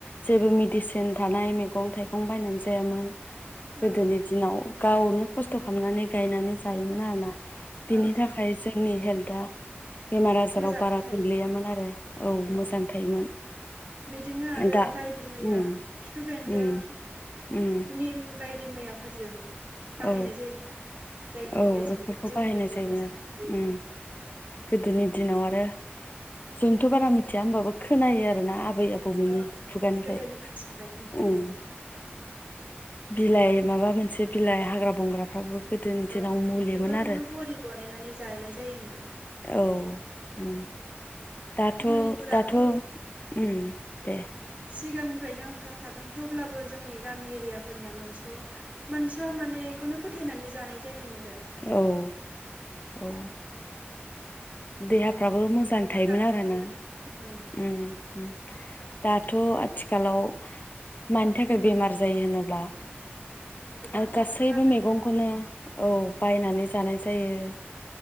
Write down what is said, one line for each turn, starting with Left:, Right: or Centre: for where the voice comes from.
Left: जेबो मिदिसिन थानाय मेगं थाइगं बायनानै जायामोन।
Right: औ
Left: गोदोनि दिनाव गावनो खस्थ' खामनानै गायनानै जायोमोन आरोना।
Right: औ
Left: बिनि थाखाय जोंनि हेल्थ आ बेमार आजाराव
Right: मोजाङै थायोमोन
Left: गोग्लैयामोन आरो
Right: औ
Left: मोजां थायोमोन
Right: बिदिनो आरो
Left: दा
Right: बायदि मैया
Left: उम
Right: खिफि बेन्दों
Left: उम उम
Right: निम बायदि मैयाफोरजों बाहायनाय
Left: औ
Right: जायोमोन आरो जायनि
Left: औ
Right: थाखाय
Left: बेफोरखौ
Right: जों दि जोंनि
Left: बाहायनाय
Right: देहाया
Left: जायोमोन
Right: मोजाङै
Left: आरो
Right: थायोमोन।
Left: उम गोदोनि दिनाव आरो जोंथ' बारा मिथिया होमबाबो खोनायो आरोना आ बै आबौमोननि
Right: औ
Left: खुगानिफाय
Right: गोदोनि मानसिफ्रा खिन्थायो
Left: उम। बिलाइ माबा मोनसे बिलाइ हाग्रा बंग्राफ्राबो गोदोनि
Right: औ
Left: दिनाव मुलिमोन
Right: बेफोरखौनो
Left: आरो
Right: बरि बनायनानै जानाय जायोमोन
Left: औ उम दाथ'
Right: मुलिफोराथ'
Left: दाथ' उम दे।
Right: सिगांनिफ्रायनो ओंखारखादों थेवब्लाबो जोंनि गामि एरियाफोरनिया मोनस' मोनस'आ माने एखौनो फोथायनानै जानाय जायोमोन आ
Left: औ औ। देहाफ्राबो मोजां थायोमोन
Right: मोजाङैनो
Left: आरोना
Right: थायोमोन औ
Left: उम। उम दाथ' आथिखालाव मानि थाखाय बेमार जायो होनोब्ला
Right: गोबां
Left: ओ गासैबो
Right: हासार बाहायो
Left: मेगंखौनो औ बायनानै जानाय जायो